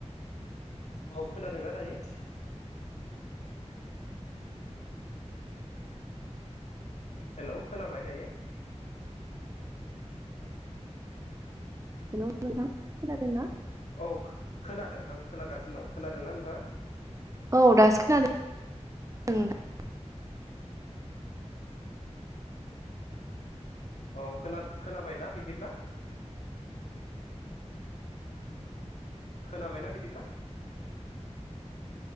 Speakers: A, on the left (about 70°); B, on the right (about 25°).
A: औ खोनादोंना दायो? हेलौ खोनाबाय दायो?
B: हेलौ नोंथां खोनादोंना?
A: औ खोनादों आं खोनागासिनो दं खोनादोंना नोंथाङा?
B: औ दासो खोनादों <unintelligible>
A: औ खोना खोनाबाय दा बिदिब्ला? खोनाबायना बिदिब्ला?